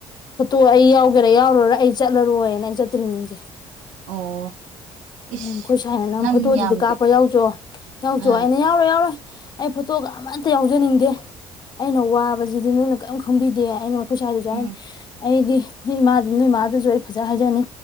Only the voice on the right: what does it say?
ꯑꯣ ꯏꯁ
ꯅꯪ
ꯌꯥꯝ
ꯑꯥ
ꯎꯝ